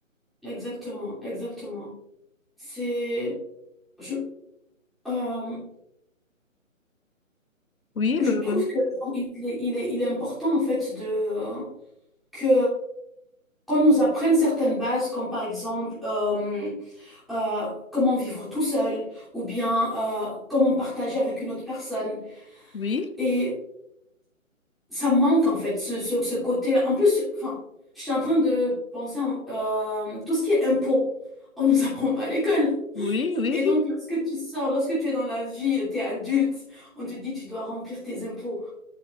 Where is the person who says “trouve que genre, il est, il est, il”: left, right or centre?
Centre